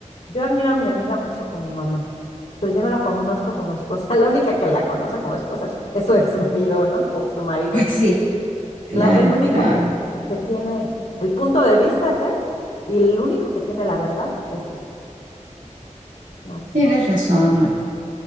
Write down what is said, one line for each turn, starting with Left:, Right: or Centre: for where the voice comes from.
Left: yo admiro a mi amiga mucho como mamá, pero yo no la conozco como esposa, <laughs> la única que la conoce como esposa es su, es su ex marido, ¿no? O su marido
Right: Pues sí, claro,
Left: la- el único
Right: claro.
Left: que, que tiene el punto de vista es él y el único que tiene la verdad es Dios, nadie
Right: Tienes
Left: más.
Right: razón, Max.